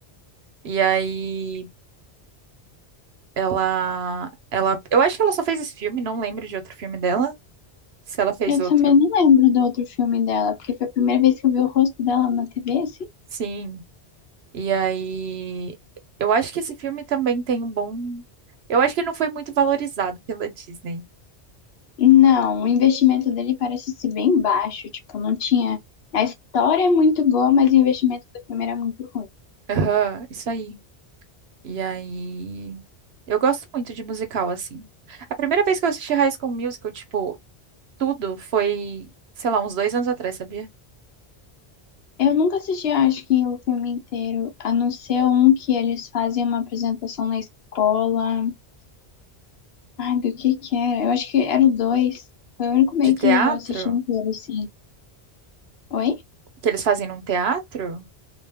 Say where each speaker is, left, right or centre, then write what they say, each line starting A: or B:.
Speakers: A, on the right (about 70°); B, on the left (about 65°).
A: E aí ela ela, eu acho que ela só fez esse filme, não lembro de outro filme dela. Se ela fez
B: Eu
A: outro
B: também não lembro do outro filme dela, porque foi a primeira vez que eu vi o rosto dela na TV, assim.
A: Sim, e aí eu acho que esse filme também tem um bom. Eu acho que ele não foi muito valorizado pela Disney.
B: Não, o investimento dele parece ser bem baixo, tipo, não tinha. A história é muito boa, mas o investimento do filme era muito ruim.
A: Aham, isso aí. E aí. Eu gosto muito de musical, assim. A primeira vez que eu assisti High School Musical, tipo, tudo foi, sei lá, uns dois anos atrás, sabia?
B: Eu nunca assisti, acho que o filme inteiro, a não ser um que eles fazem uma apresentação na escola. Ai, do que que era? Eu acho que era o dois. Foi o único meio
A: De teatro,
B: que eu assisti inteiro, assim. Oi?
A: que eles fazem num teatro.